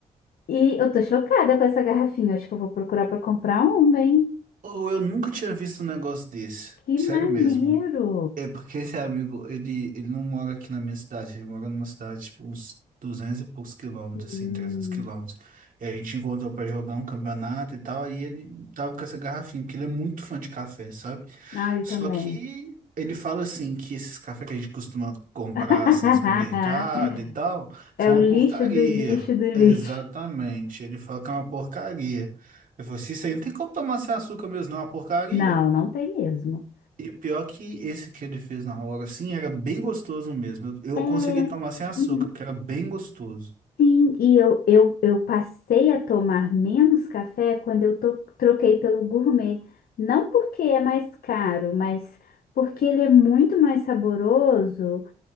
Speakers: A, on the left (about 65°); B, on the right (about 60°).
A: E eu tô chocada com essa garrafinha. Acho que eu vou procurar pra comprar uma, hein?
B: Ou eu nunca tinha visto um negócio desse.
A: Que
B: Sério
A: maneiro!
B: mesmo. É porque esse amigo, ele, ele não mora aqui na minha cidade, ele mora numa cidade, tipo, uns 200 e poucos quilômetros,
A: Hum.
B: assim, 300 quilômetros. E a gente encontrou pra jogar um campeonato e tal, aí ele tava com essa garrafinha, porque ele é muito fã de café, sabe?
A: Ah, eu
B: Só
A: também.
B: que ele fala, assim, que esses cafés que a gente costuma comprar,
A: <laughs>
B: assim, no supermercado e tal, são
A: É o
B: uma porcaria.
A: lixo do lixo do
B: Exatamente,
A: lixo.
B: ele fala que é uma porcaria. Eu falo assim, isso aí não tem como tomar sem açúcar mesmo, não, é uma porcaria.
A: Não, não tem mesmo.
B: E o pior que esse que ele fez na hora, assim, era bem gostoso mesmo. Eu,
A: É,
B: eu consegui tomar sem açúcar,
A: uhum,
B: porque era bem gostoso.
A: sim, e eu, eu, eu passei a tomar menos café quando eu to- troquei pelo gourmet. Não porque é mais caro, mas porque ele é muito mais saboroso.